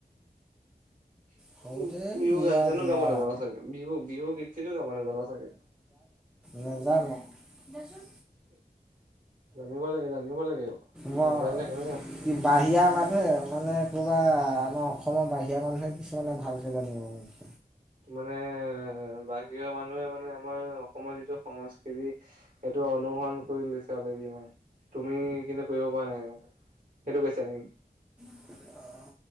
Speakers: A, on the right; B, in the centre.
A: <inaudible>
B: সৰুতে
A: উম, বিহু
B: দিয়া
A: গান-চানো
B: যোৱা
A: গাব নাজানা চাগে, বিহু-বিহু গীত-চিতো গাব নাজানা চাগে।
B: নেজানোঁ। <unintelligible>
A: জানিব লাগে, জানিব লাগে,
B: মই
A: নাজানিলে কেনেকে হ'ব?
B: কি বাহিৰা মানুহে মানে, ক'ৰবা আমাৰ অসমৰ বাহিৰা মানুহে, কিছুমানে ভালকে জানিব।
A: মানে, বাহিৰৰ মানুহে মানে, আমাৰ অসমৰ যিটো সংস্কৃতি সেইটো অনুসৰণ কৰি লৈছে, অলেৰেদি মানে। তুমি কিন্তু, কৰিব পৰা নাই? সেইটো কৈছে নেকি?
B: <unintelligible> অ'!